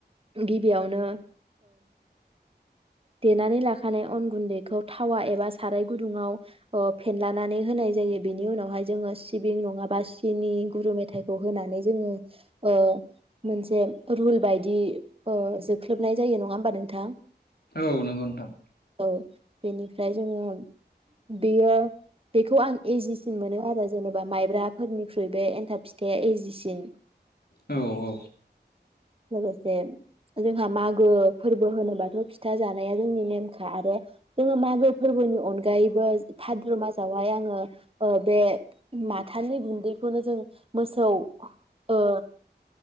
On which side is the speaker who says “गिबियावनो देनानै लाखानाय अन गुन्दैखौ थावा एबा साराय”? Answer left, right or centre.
Right